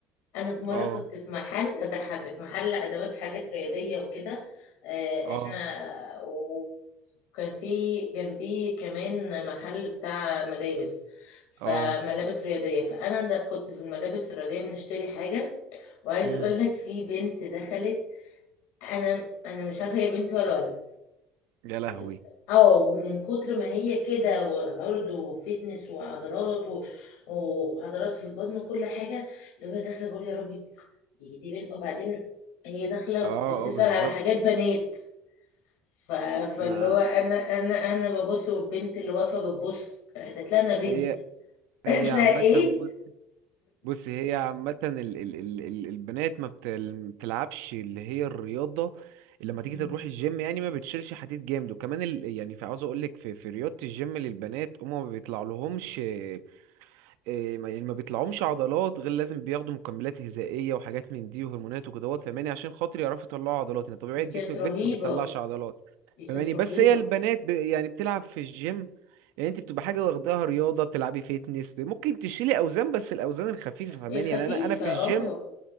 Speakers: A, on the left; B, on the right.
A: انا في مره
B: اه
A: كنت في محل اضحكك محل ادوات حاجات رياضيه وكده آه،
B: اه
A: احنا وكان في جنبيه كمان محل بتاع ملابس فملابس
B: اه
A: رياضيه فانا ده- كنت في الملابس الرياضيه بنشتري حاجه وعايز
B: امم
A: اقول لك في بنت دخلت انا انا مش عارفه هي بنت ولا ولد
B: يا لهوي
A: ال- اه من كتر ما هي كده وعرض وفتنس وعضلات و- وعضلات في البطن وكل حاجة اللي هو أنا داخلة بقول يا ربي دي دي بنت وبعدين هي داخلة
B: اه
A: بت- بتسأل
B: اه بالظبط
A: على حاجات بنات ف... فاللي
B: انا
A: هو انا انا انا ببص والبنت اللي واقفة بتبص رحت قالت لها انا بنت
B: هي
A: <laughs>
B: هي
A: قالت
B: عامة
A: لها ايه
B: بص بص هي عامة ال ال ال ال- البنات ما بتل- بتلعبش اللي هي الرياضة اللي لما تيجي
A: مم.
B: تروح الجيم يعني ما بتشيلش حديد جامد وكمان ال يعني في عاوز اقول لك في, في رياضة الجيم للبنات هما ما بيطلع لهمش آه، آه، ما- يعني ما بيطلعهمش عضلات غير لازم بياخدوا مكملات غذائية وحاجات من دي وهرمونات وكدهوت فاهماني عشان خاطر يعرفوا يطلعوا عضلات يعني طبيعة
A: دي
B: جسم
A: كانت
B: البنت
A: رهيبة
B: ما بتطلعش عضلات
A: دي كانت
B: فاهماني
A: رهيبة
B: بس هي البنات ب... يعني بتلعب في الجيم يعني انت بتبقى حاجه واخداها رياضه بتلعبي فيتنس ممكن تشيلي اوزان بس الاوزان الخفيفه فاهماني
A: الخفيفة
B: يعني انا انا في الجيم
A: اه